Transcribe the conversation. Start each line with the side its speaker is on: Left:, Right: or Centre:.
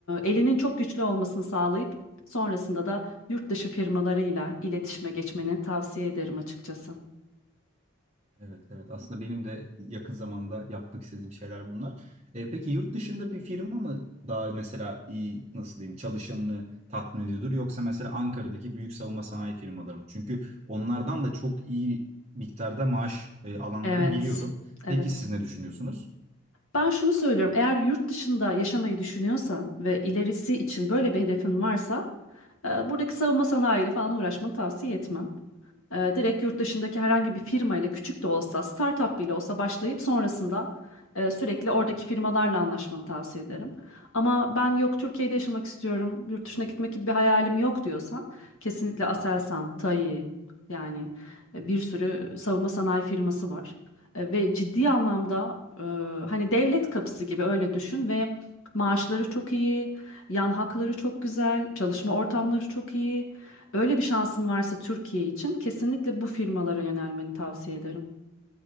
Left: elinin çok güçlü olmasını sağlayıp sonrasında da yurt dışı firmalarıyla iletişime geçmeni tavsiye ederim açıkçası.
Right: Evet, evet. Aslında benim de yakın zamanda yapmak istediğim şeyler bunlar. E, peki yurt dışında bir firma mı daha mesela iyi nasıl diyeyim çalışanını tatmin ediyordur yoksa mesela Ankara'daki büyük savunma sanayi firmaları mı? Çünkü onlardan da çok iyi miktarda maaş e, alanları
Left: Evet,
Right: biliyorum.
Left: evet.
Right: Peki siz ne düşünüyorsunuz?
Left: Ben şunu söylüyorum, eğer yurt dışında yaşamayı düşünüyorsan ve ilerisi için böyle bir hedefin varsa e, buradaki savunma sanayiyle falan uğraşmanı tavsiye etmem. E, direkt yurt dışındaki herhangi bir firma ile küçük de olsa, startup bile olsa başlayıp sonrasında e, sürekli oradaki firmalarla anlaşmanı tavsiye ederim. Ama ben yok Türkiye'de yaşamak istiyorum, yurt dışına gitmek gibi bir hayalim yok diyorsan kesinlikle Aselsan, TAI yani e, bir sürü savunma sanayi firması var. E, ve ciddi anlamda e, hani devlet kapısı gibi öyle düşün ve maaşları çok iyi, yan hakları çok güzel, çalışma ortamları çok iyi. Öyle bir şansın varsa Türkiye için kesinlikle bu firmalara yönelmeni tavsiye ederim.